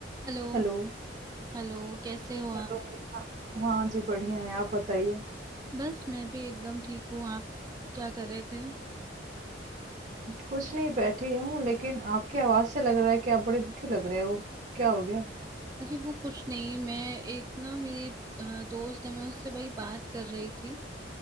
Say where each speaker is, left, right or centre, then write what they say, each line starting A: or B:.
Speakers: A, on the right; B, on the right.
A: हेलो
B: Hello
A: हेलो कैसे हो आप
B: Hello हाँ हाँ जी बढ़िया है आप बताइए
A: बस मैं भी एकदम ठीक हूँ आप क्या कर रहे थे
B: कुछ नहीं बैठी हूँ लेकिन आपकी आवाज से लग रहा है कि आप बड़े दुखी लग रहे हो क्या हो गया
A: अरे वो कुछ नहीं मैं एक ना मेरे अ, दोस्त है मैं उससे वही बात कर रही थी